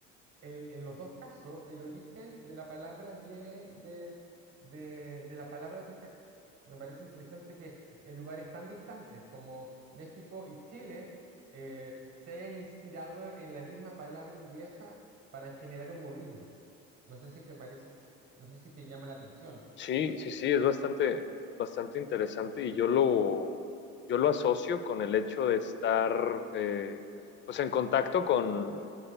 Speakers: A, on the right (about 30°); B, on the left (about 30°).
A: en, en los dos casos, el origen de la palabra viene del- de, de la palabra Tucach. Me parece interesante que en lugares tan distantes como México y Chile eh, se hayan inspirado en la misma palabra inglesa para generar un modismo. No sé si te parece, no sé si te llama la atención.
B: sí, sí, sí, es bastante, bastante interesante y yo lo, yo lo asocio con el hecho de estar, eh, pues en contacto con,